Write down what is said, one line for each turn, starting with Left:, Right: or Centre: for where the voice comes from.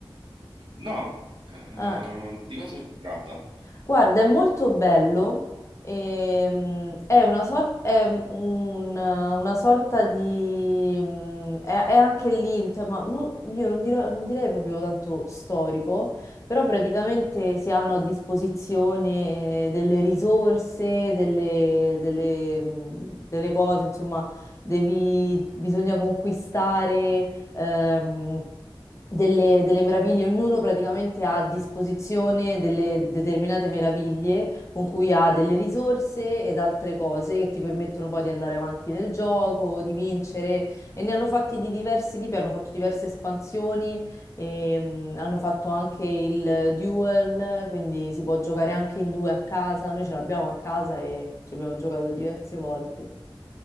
Right: No, eh,
Left: Ah,
Right: di cosa si tratta?
Left: guarda, è molto bello. ehm, è una, sor- è un- una sorta di... mm, È, è anche lì, in tema- non- io non, dirò- non direi proprio tanto storico, però praticamente si hanno a disposizione eh, delle risorse, delle, delle, mm, delle cose, insomma, devi, bisogna conquistare. ehm, delle, delle meraviglie, ognuno praticamente ha a disposizione delle determinate meraviglie con cui ha delle risorse ed altre cose che ti permettono poi di andare avanti nel gioco, di vincere e ne hanno fatti di diversi tipi, hanno fatto diverse espansioni, e, mm, hanno fatto anche il duel, quindi si può giocare anche in due a casa, noi ce l'abbiamo a casa e ci abbiamo giocato diverse volte.